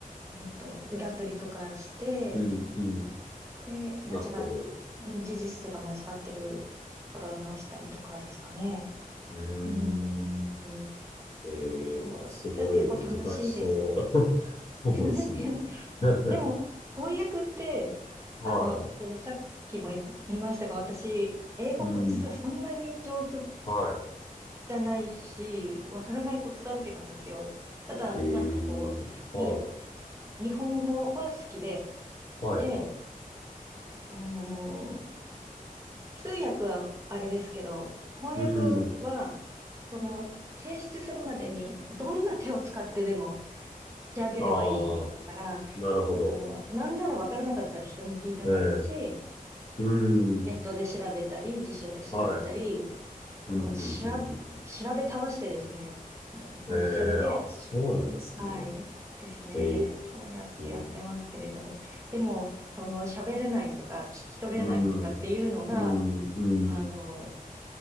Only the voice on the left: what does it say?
うん、うん。
なるほど。
うーん。
えー、
なんかすごい難しそう。
<laughs> そうですね。
<laughs>
は
い。うん。
は
い。えー、
はい。
はい、
はい。
うん。
ああ、なるほど。
ええうん。
はい。
うん、うん、うん、うん。
ええあ、
そうなんですね。
え
え
うん。うん、うん。